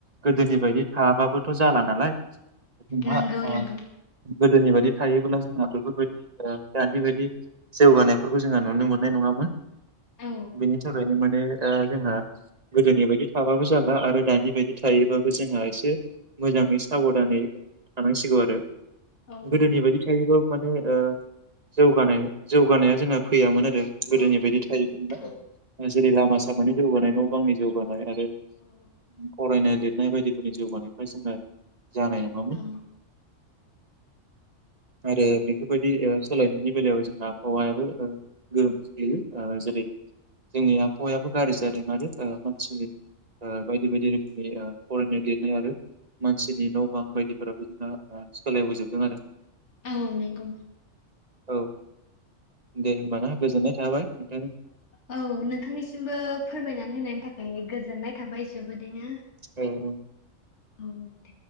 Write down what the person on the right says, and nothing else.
गोदोनि बायदि थायाबाबोथ' जाला नालाय जोंहा
ओ
गोदोनि बायदि थायोब्ला जोंहा बेफोरबायदि दानि बायदि जौगानायफोरखौ जोंहा नुनो मोननाय नङामोन।
बेनि थाखायनो माने ओ जोंहा गोदोनि बायदि थाबाबो जाला आरो दानि बायदि थायो बाबो जोंहा एसे मोजाङै साबधानै थानांसिगौ आरो।
गोदोनि बायदि थायोबाबो ओ जौगानाया जौगानाया जोंहा फैयामोन गोदोनि
बायदि थायोमोन
ना जेरै लामा सामानि जौगानाय न' गावनि जौगानाय रा
<unintelligible> नाय बायदिफोरनि जिउगानिफ्राय जोङो जानाय नङामोन।
आरो बेफोरबायदि ओ सोलायनायनि बेलायाव जोंहा आबहावायाबो गोहोम खोख्लैयो जेरै जोंनि आबहावायाबो गाज्रि जादों आरो ओ। मानसिनि ओ बायदि बायदि रोखोमनि ओ। फरायनाय लिरनाय आरो मानसिनि न' बां बायदिफोराबो। सोलायबोजोबदों आरो।
औ। दे होमबाना गोजोननाय थाबाय। खिनथादो।
ओं ओं।